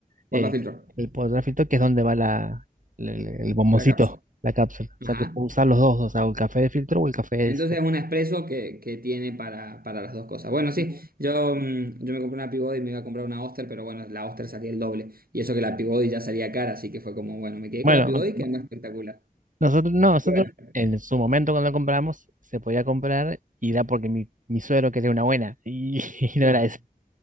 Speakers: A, on the right; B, on the right.
A: Portafiltro,
B: eh, el poder filtro, que es donde va la, el, el- bomboncito,
A: la cápsula.
B: la cápsula. O
A: Ajá.
B: sea, que puedo usar los dos, o sea, o el café de filtro o el café de
A: Entonces
B: ese.
A: es un expreso que, que tiene para, para las dos cosas. Bueno, sí,
B: Ujú.
A: yo, mm, yo me compré una Peabody y me iba a comprar una Oster, pero bueno, la Oster salía el doble. Y eso que la Peabody ya salía cara, así que fue como, bueno, me quedé
B: Bueno,
A: con la Peabody que es más espectacular.
B: Nosotros, no,
A: Y
B: nosotros
A: Bueno,
B: en su momento cuando lo compramos, se podía comprar y era porque mi, mi suegro quería una buena y, <laughs> y no
A: ya.
B: era eso.